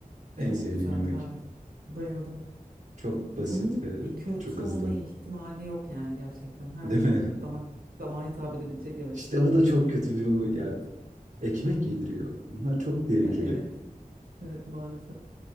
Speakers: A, on the right; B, on the right.
A: En
B: Çok
A: sevdiğim
B: güzel
A: yemek.
B: tarif. Bayıldım.
A: Çok
B: Bunun
A: basit ve
B: e, kötü
A: çok hızlı.
B: olma ihtimali yok yani gerçekten. Her
A: Değil mi?
B: damak
A: <laughs>
B: damağa hitap edebilecek evet.
A: İşte bu da çok kötü bir huy. ya ekmek yediriyor. Bunlar çok tehlikeli.
B: Ya evet. Evet maalesef.